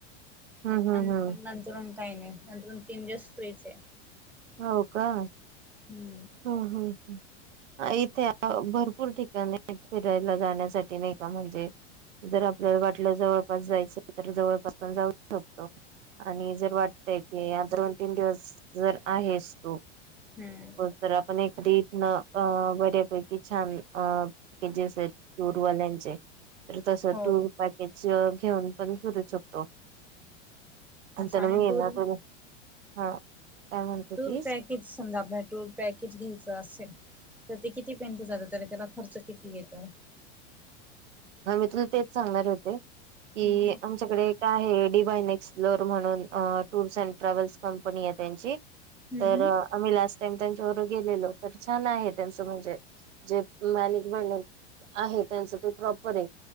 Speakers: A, on the right; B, in the centre.
A: हम्म हम्म
B: आणि
A: हम्म
B: मग नंतर मग काही नाही. नंतर मग तीन दिवस फ्रीचय.
A: हो का?
B: हम्म.
A: ह ह ह. इथे भरपूर ठिकाणी फिरायला जाण्यासाठी नाही का, म्हणजे जर आपल्याला वाटलं जवळपास जायचंय, तर जवळपास पण जाऊ शकतो. आणि जर वाटतय की, या दोन तीन दिवस जर आहेस तू
B: हम्म.
A: तर आपण एखादी इथनं अ- बऱ्यापैकी छान अ पॅकेजेस आहेत टूर वाल्याचे तर तस
B: हो
A: टूर पॅकेज घेऊन पण फिरू शकतो.
B: असं
A: तण
B: आणि
A: मी येना
B: टूर
A: त, हा. काय म्हणते
B: टूर
A: तीस
B: पॅकेज समजा, आपण टूर पॅकेज घ्यायचं असेल तर ते किती पर्यंत जात, तर त्याला खर्च किती येतो?
A: हा मी तुला तेच सांगणार होते. की
B: हम्म
A: आमच्याकडे एक काय आहे, डिबाईन एक्सप्लोर म्हणून अ -टूर्स अँड ट्रॅव्हल्स कंपनी आहे त्यांची.
B: हम्म.
A: तर आम्ही लास्ट टाइम त्यांच्या बरोबर गेलेलो. तर छान आहे त्यांचं म्हणजे जे मॅनेज मेंटय आहे त्यांचं ते प्रॉपरय.